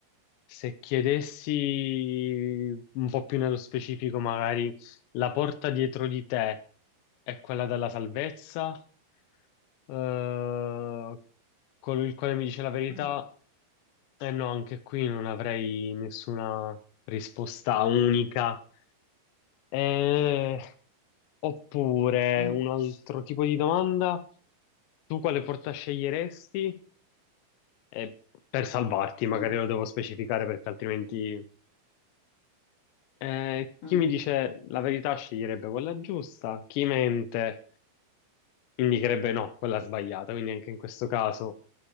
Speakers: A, on the left; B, on the left.
A: Se chiedessi un po' più nello specifico, magari la porta dietro di te è quella della salvezza, Eh, colui il quale mi dice la verità,
B: Mm,
A: eh no, anche qui non avrei nessuna risposta unica Eh, oppure
B: mm,
A: un altro tipo di domanda, tu quale porta sceglieresti? Eh, per salvarti, magari
B: mm,
A: lo devo specificare perché altrimenti eh,
B: mm,
A: chi mi dice la verità sceglierebbe quella giusta, chi mente indicherebbe no, quella sbagliata, quindi anche in questo caso